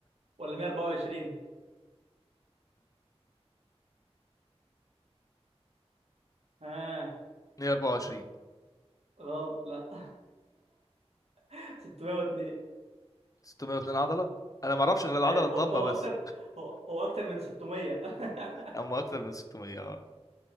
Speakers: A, on the right; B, on the left.
A: ولا 124 ها
B: 124
A: غلط لا <laughs> 602
B: 602 عضلة انا ما اعرفش غير العضلة
A: ايوه
B: الضمة
A: هو هو
B: بس
A: اكتر هو هو اكتر من 600 <laughs>
B: اما اكتر من 600 اه